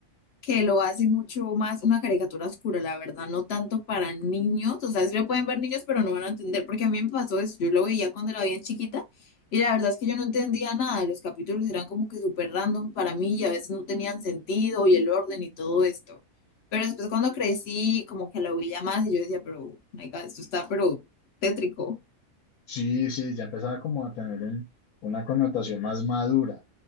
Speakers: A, on the left (about 65°); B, on the left (about 80°).
A: que lo hace mucho más una caricatura oscura, la verdad, no tanto para niños, o sea, sí lo pueden ver niños, pero no van a entender, porque a mí me pasó eso, yo lo veía cuando era bien chiquita y la verdad es que yo no entendía nada, los capítulos eran como que súper random para mí y a veces no tenían sentido y el orden y todo esto. Pero después cuando crecí, como que lo veía más y yo decía, pero, my God, esto está pero tétrico.
B: Sí, sí, ya empezaba como a tener un- una connotación más madura,